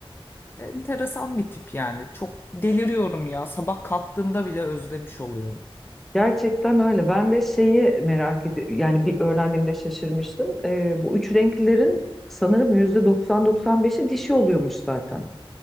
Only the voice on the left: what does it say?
Enteresan bir tip yani. Çok deliriyorum ya. Sabah kalktığımda bile özlemiş oluyorum.